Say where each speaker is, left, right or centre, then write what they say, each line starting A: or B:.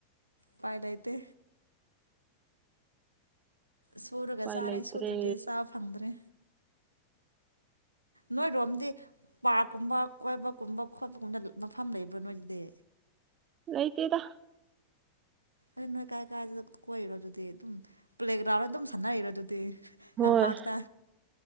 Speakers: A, on the right; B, on the right.
A: ꯄꯥꯏ ꯂꯩꯥꯏꯇ ꯁꯨꯔꯒ
B: ꯎꯄꯥꯏ
A: ꯆꯥꯔꯦ
B: ꯂꯩꯇ꯭ꯔꯦ
A: ꯁꯨꯗ꯭ꯔꯗꯤ ꯆꯥꯕ ꯐꯪꯗ꯭ꯔꯦ ꯅꯣꯏꯔꯣꯝꯗꯤ ꯄꯥꯔꯛꯀꯨꯝꯕ ꯀꯣꯏꯕꯒꯨꯝꯕ ꯈꯣꯠꯄꯒꯨꯝꯕ ꯃꯐꯝ ꯂꯩꯕ꯭ꯔꯥ ꯅꯣꯏꯗꯤ
B: ꯂꯩꯥꯏꯇꯦꯗ
A: ꯑ ꯅꯣꯏ ꯀꯥꯏ ꯀꯥꯏ ꯀꯣꯏꯔꯣ ꯑꯗꯨꯗꯤ ꯑꯗꯨꯝ ꯄ꯭ꯂꯦꯒ꯭ꯔꯥꯎꯟ ꯑꯗꯨꯝ ꯁꯥꯟꯅꯔꯔꯣ ꯑꯗꯨꯗꯤ
B: ꯍꯣꯏ
A: ꯂꯝꯄꯥꯛꯇ